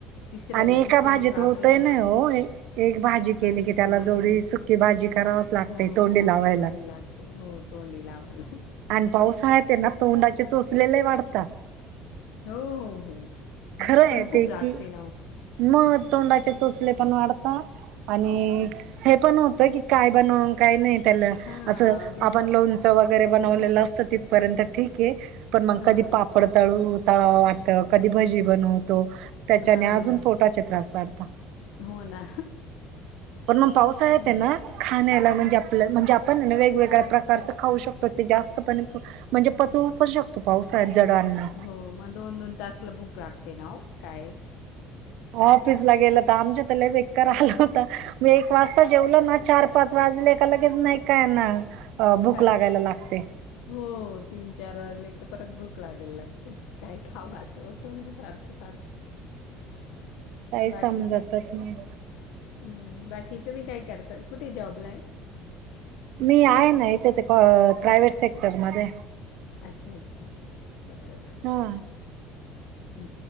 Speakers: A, on the left (about 80°); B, on the right (about 75°).
A: तिसऱ्याला
B: आणि एका
A: तिसरी
B: भाजीत
A: बाबरे!
B: होतय नाही हो एक भाजी
A: एक भाजीत
B: केली की त्याला
A: नाही
B: जोडी
A: होत.
B: सुकी भाजी करावच लागते
A: हो,
B: तोंडी
A: सुकी
B: लावायला
A: भाजी लागते हो तोंडी लावायला!
B: आणि पाऊसाळ्यात त्यानां, तोंडाचे चोचले लेय वाढतात.
A: हो हो हो,
B: खरं
A: भूक पण
B: आहे
A: खूप
B: ते
A: लागते
B: की
A: ना हो.
B: मग तोंडाचे चोचले पण वाढतात, आणि हे पण होत की काय बनव, काय नाही त्याला
A: हां
B: असं
A: दोन
B: आपण लोण चं वगैरे बनवलेले असत तितपर्यंत ठीक हे, पण मंग
A: हां
B: कधी पापड तळू तळावा वाटत कधी भजी बनवतो, त्याच्याने
A: हां
B: अजून पोटाचे त्रास वाढतात.
A: हो ना.
B: पण मग पावसाळ्यात
A: हम्म
B: तेना खाण्याला म्हणजे, आपलं म्हणजे पण ने वेगवेगळ्या प्रकारचं खाऊ शकतो ते जास्त पण म्हणजे पचवू पण शकतो पावसाळ्यात जड आन्न.
A: हो, मग दोन दोन तासाला भुक लागते ना काही.
B: ऑफिस ला गेलं तर आमच्या तर लई बेकार हाल होता मी एक वाजता जेवलं ना चार पाच वाजले का, लगेच नाही काय ना भुक
A: काय
B: लागायला लागते.
A: हो तीन चार वाजले क परत भूक लागायला लागते. काही खावं असं होतं ना सारखं. ते सारखं
B: काही समजतच
A: बाकी काय?
B: नाही
A: हम्म. बाकी तुम्ही काय करताय कुठे जॉबलाय.
B: मी आहे ना इथेच, प्रायव्हेट सेक्टर मध्ये.
A: अच्छा अच्छा बर बरं.
B: हा.
A: ह..